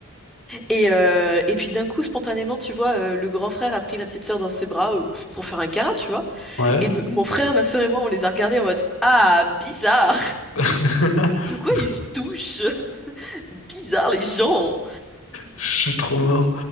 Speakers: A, in the centre; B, on the left (about 90°).
A: Et, euh, et puis d'un coup, spontanément, tu vois, euh, le grand frère a pris la petite sœur dans ses bras euh, pour pour faire un câlin, tu vois.
B: Ouais.
A: Et nous- mon frère, ma sœur et moi, on les a regardés en mode, Ah, bizarre!
B: <laughs>
A: Pourquoi ils se touchent? <laughs> Bizarre les gens!
B: Je suis trop mort.